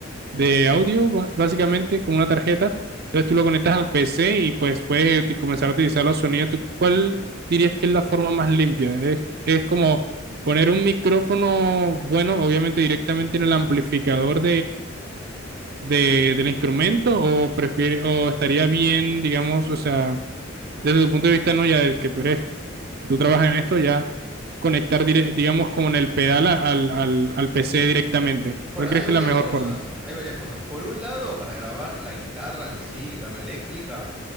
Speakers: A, on the right; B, in the centre.
A: de audio, ba- básicamente, como una tarjeta. Entonces
B: Ujú,
A: tú lo conectas al PC y pues puedes uti- comenzar a utilizar los sonidos. ¿Tú cuál dirías que es la forma más limpia? Es, es como poner un micrófono, bueno, obviamente directamente en el amplificador de, del instrumento o prefiere, o estaría bien, digamos, o sea, desde tu punto de vista, ¿no? Ya de que tú eres, tú trabajas en esto, ya conectar,
B: Sí.
A: dire- digamos, con el pedal a- al, al, al PC directamente.
B: Bueno,
A: ¿Cuál crees
B: hay
A: que
B: varias
A: es la mejor
B: cosas,
A: forma?
B: hay varias cosas. Por un lado, para grabar la guitarra en sí, guitarra eléctrica,